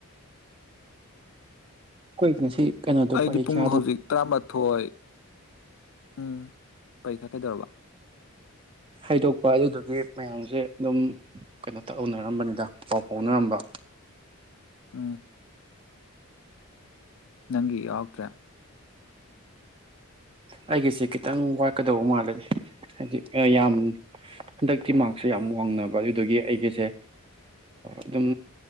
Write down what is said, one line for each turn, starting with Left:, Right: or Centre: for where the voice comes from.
Right: ꯈꯣꯏ ꯉꯁꯤ ꯀꯩꯅꯣꯗꯣ
Left: ꯑꯩꯗꯤ
Right: ꯄꯔꯤꯈ꯭ꯌꯥꯗꯣ
Left: ꯄꯨꯡ ꯍꯧꯖꯤꯛ ꯇꯔꯥꯃꯥꯊꯣꯏ ꯎꯝ ꯄꯔꯤꯈꯥ ꯀꯗꯧꯔꯕꯥ
Right: ꯍꯥꯏꯗꯣꯛꯄ ꯑꯗꯨꯗꯨꯒꯤ ꯃꯌꯥꯝꯁꯦ ꯑꯗꯨꯝ ꯀꯩꯅꯣ ꯇꯧꯍꯅꯔꯝꯕꯅꯤꯗ ꯄꯥꯎ ꯐꯥꯎꯅꯔꯝꯕ
Left: ꯑꯝ ꯅꯪꯒꯤ ꯌꯥꯎꯔꯛꯇ꯭ꯔꯦ
Right: ꯑꯩꯒꯤꯁꯦ ꯈꯤꯇꯪ ꯋꯥꯠꯀꯗꯧꯕ ꯃꯥꯜꯂꯅꯤ ꯍꯥꯏꯗꯤ ꯌꯥꯝ ꯍꯟꯗꯛꯇꯤ ꯃꯥꯔꯛꯁꯁꯦ ꯌꯥꯝ ꯋꯥꯡꯅꯕ ꯑꯗꯨꯗꯒꯤ ꯑꯩꯒꯤꯁꯦ ꯑꯗꯨꯝ